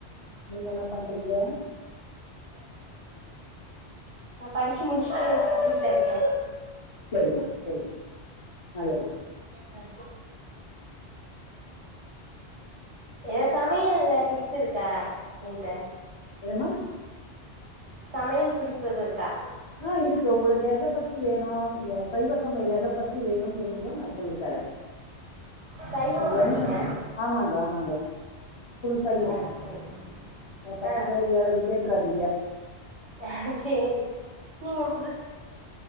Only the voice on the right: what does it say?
நா படிச்சு முடிச்சுட்டு வீட்ல இருக்கே
ஆ எ சாமி ஏதாச்சி டிப்ஸ் இருக்கா உன்ட்ட
சமயல் குறிப்பு இது இருக்கா
சைவமா
நீங்க
ஆ சேரி
ஆ
அ சேரி நீங்க புது